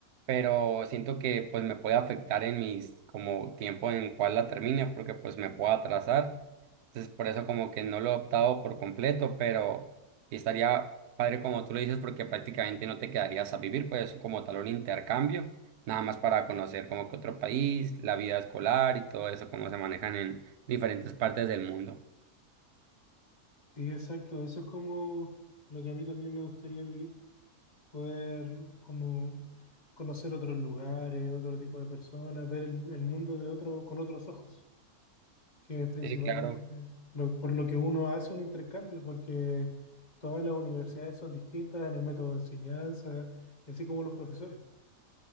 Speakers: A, on the right; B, on the left.
A: pero siento que pues me puede afectar en mis, como tiempo en cual la termine, porque pues me puedo atrasar, entonces por eso como que no lo he optado por completo, pero sí estaría padre como tú lo dices, porque prácticamente no te quedarías a vivir, pues como tal un intercambio nada más para conocer como que otro país, la vida escolar y todo eso, cómo se manejan en diferentes partes del mundo.
B: Sí, exacto, eso es como lo que a mí también me gustaría vivir, poder como conocer otros lugares, otro tipo de personas, ver el, el mundo de otro, con otros ojos, que es principalmente
A: Sí, claro.
B: lo- por lo que uno hace un intercambio, porque todas las universidades son distintas en el método de enseñanza y así como los profesores.